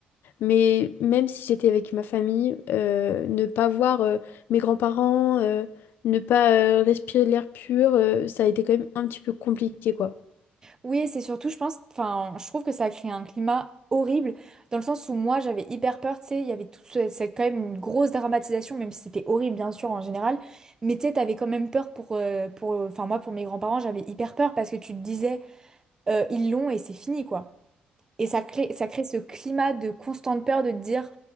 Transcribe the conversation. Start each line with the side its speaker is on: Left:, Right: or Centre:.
Left: Mais même si j'étais avec ma famille, euh, ne pas voir euh, mes grands-parents, euh, ne pas euh, respirer l'air pur, euh, ça a été quand même un petit peu compliqué, quoi.
Right: Oui, et c'est surtout, je pense, enfin, je trouve que ça a créé un climat horrible dans le sens où moi j'avais hyper peur, tu sais, il y avait toute ce- cette quand même une grosse dramatisation, même si c'était horrible bien sûr en général, mais tu sais, t'avais quand même peur pour, euh, pour, enfin moi pour mes grands-parents, j'avais hyper peur parce que tu te disais euh, ils l'ont et c'est fini quoi. Et ça crée, ça crée ce climat de constante peur de te dire,